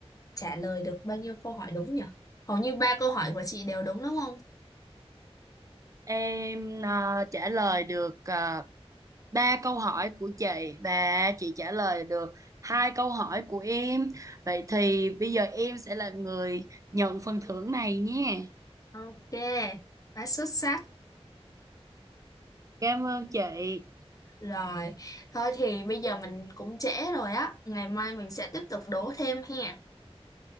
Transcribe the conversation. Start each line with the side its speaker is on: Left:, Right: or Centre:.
Left: trả lời được bao nhiêu câu hỏi đúng nhỉ hầu như ba câu hỏi của chị đều đúng đúng không
Right: em à, trả lời được à, ba câu hỏi của chị và chị trả lời được hai câu hỏi của em vậy thì bây giờ em sẽ là người nhận phần thưởng này nhé
Left: ok quá xuất sắc
Right: cảm ơn chị
Left: Rồi, thôi thì bây giờ mình cũng trễ rồi á, ngày mai mình sẽ tiếp tục đố thêm ha.